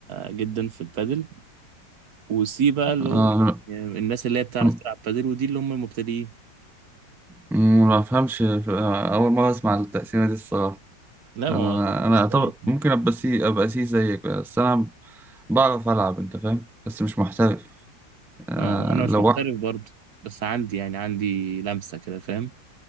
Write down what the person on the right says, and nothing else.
جدا في البادل وسي بقى اللي
هو يعني الناس اللي هي بتعرف
تلعب بادل ودي اللي هم المبتدئين
لا
ما هو
ازاي
اه وانا مش
محترف
برضه بس عندي يعني عندي لمسة كده فاهم